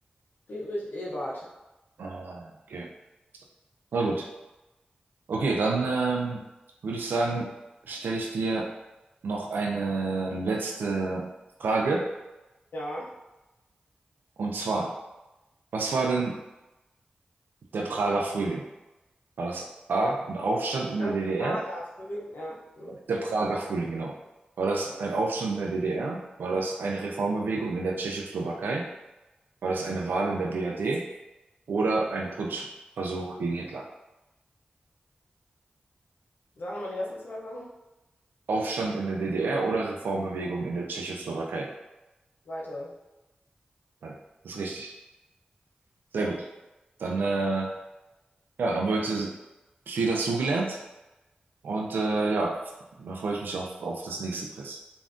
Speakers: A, on the left (about 85°); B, on the right (about 80°).
A: Friedrich Ebert.
B: Ah, okay. Na gut. Okay, dann ähm, würde ich sagen, stelle ich dir noch eine letzte Frage.
A: Ja.
B: Und zwar, was war denn der Prager Frühling? War das A, ein Aufstand in
A: Das
B: der DDR?
A: Prager Frühling, ja. Hm.
B: Der Prager Frühling, genau. War das
A: Ja.
B: ein Aufstand in der DDR? War das eine Reformbewegung in der Tschechoslowakei? War das eine Wahl in der BRD? Oder ein Putschversuch gegen Hitler?
A: Sagen wir mal die ersten zwei Sachen.
B: Aufstand in der DDR oder Reformbewegung in der Tschechoslowakei?
A: Weiter.
B: Nein, das ist richtig. Sehr gut. Dann äh, Ja, haben wir heute viel dazugelernt und äh, ja, da freue ich mich auf, auf das nächste Quiz.